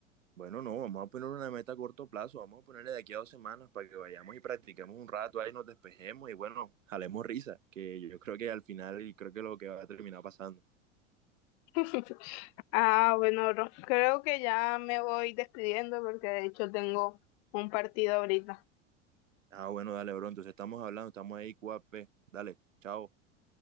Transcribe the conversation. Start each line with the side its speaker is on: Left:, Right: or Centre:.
Right: Bueno, no, vamos a poner una meta a corto plazo, vamos a ponerle de aquí a dos semanas para que vayamos y practiquemos un rato ahí, nos despejemos y bueno, jalemos risa, que yo creo que al final y creo que es lo que va a terminar pasando.
Left: <laughs> Ah, bueno, Ro- creo que ya me voy despidiendo porque de hecho tengo un partido ahorita.
Right: Ah, bueno, dale, bro, entonces estamos hablando, estamos ahí, QAP, dale, chao.